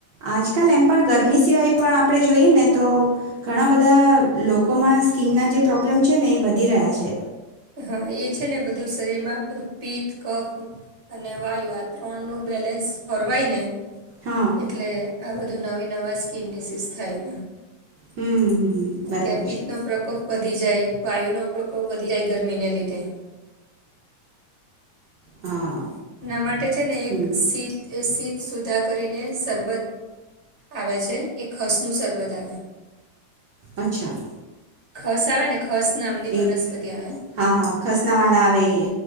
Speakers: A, on the right (about 65°); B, on the right (about 20°).
A: આજકાલ એમ પણ ગરમી સિવાય પણ આપણે જોઈએ ને તો ઘણા બધા લોકોમાં સ્કીનના જે પ્રોબ્લેમ છે ને એ વધી રહ્યા છે.
B: હા એ છે ને બધું શરીરમાં બધું પિત્ત કફ અને વાયુ આ ત્રણ નું બેલેન્સ ફરવાય ને
A: હા
B: એટલે આ બધું નવી નવા સ્કીન ડિસીઝ થાયને
A: હમ હમ
B: અત્યાં
A: બરાબર
B: પિત્ત
A: છે
B: નો પ્રકોપ વધી જાય. વાયુ નો પ્રકોપ વધી જાય. ગરમીને લીધે.
A: હા
B: ના માટે છે ને
A: હમ
B: એક સીત સીત સુધા કરીને સરબત આવે છે એ ખસનું સરબત આવે
A: અચ્છા.
B: ખસ આવે ને ખસ નામની વનસ્પતિ
A: એ
B: આવે
A: હા હા ખસનાવાળા આવે એ